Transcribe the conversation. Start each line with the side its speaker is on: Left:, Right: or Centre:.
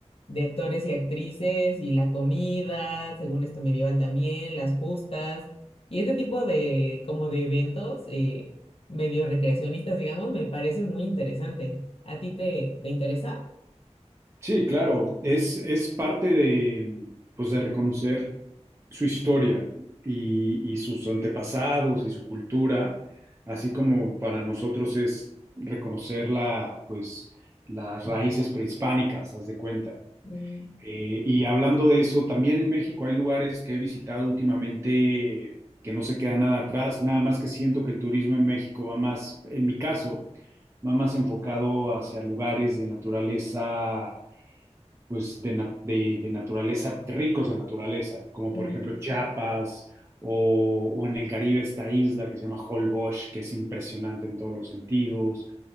Left: de actores y actrices y la comida, según esto medieval también, las justas y este tipo de, como de eventos eh, medio recreacionistas, digamos, me parece muy interesante. ¿A ti te, te interesa?
Right: Sí, claro, es, es parte de, pues, de reconocer su historia y, y sus antepasados y su cultura, así como para nosotros es reconocer la, pues, las raíces prehispánicas, haz de cuenta.
Left: Mm,
Right: Eh, y hablando de eso, también en México hay lugares que he visitado últimamente que no se queda nada atrás, nada más que siento que el turismo en México va más, en mi caso, va más enfocado hacia lugares de naturaleza pues de, na- de- de naturaleza, ricos de naturaleza, como
Left: ujú.
Right: por ejemplo Chiapas o, o en el Caribe esta isla que se llama Holbox, que es impresionante en todos los sentidos,